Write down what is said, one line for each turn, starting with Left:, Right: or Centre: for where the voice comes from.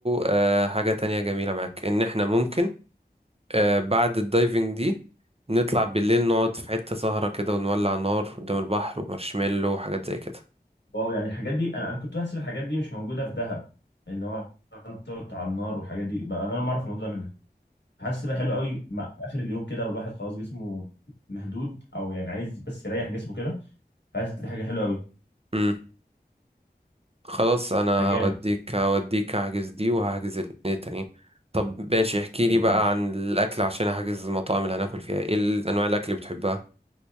Right: آه حاجه تانية جميله معاك ان احنا ممكن آه بعد الدايفنج دي نطلع بالليل نقعد في حته سهره كده ونولع نار قدام البحر ومارشميلو وحاجات زي كده
Left: واو يعني الحاجات دي انا انا كنت بحسب الحاجات دي مش موجوده في دهب ان هو انت تقعد على النار والحاجات دي بقى انا أول ما اعرف الموضوع ده منك حاسس بقى حلو قوي مع في اخر اليوم كده والواحد خلاص جسمه مهدود او يعني عايز بس يريح جسمه كده حاسس دي حاجه حلوه قوي
Right: امم خلاص انا
Left: فجامد
Right: هوديك هوديك هحجز دي وهحجز الاتنين التانيين طب ماشي احكي لي بقى
Left: ماشي
Right: عن الاكل عشان هحجز المطاعم اللي هناكل فيها ايه ال- انواع الاكل اللي بتحبها